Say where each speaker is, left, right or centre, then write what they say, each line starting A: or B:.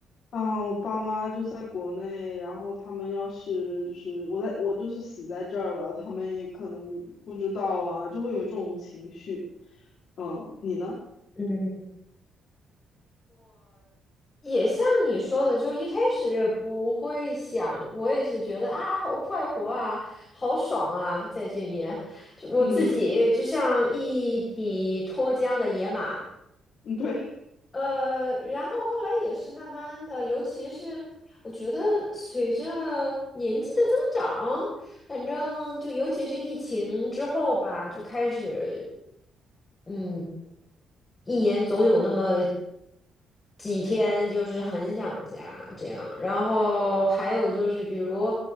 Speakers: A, on the left; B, on the left.
A: 啊，我爸妈就在国内，然后他们要是就是我在我就是死在这儿了，他们也可能不知道啊，就会有这种情绪。嗯，你呢？
B: 嗯，也像你说的，就一开始也不会想，我也是觉得啊，好快活啊，好爽啊，在这面，就我自己就像一匹脱缰的野马，
A: 嗯嗯，对，
B: 呃，然后后来也是慢慢的，尤其是我觉得随着年纪的增长，反正就尤其是疫情之后吧，就开始。嗯，一年总有那么几天就是很想家这样，然后还有就是比如，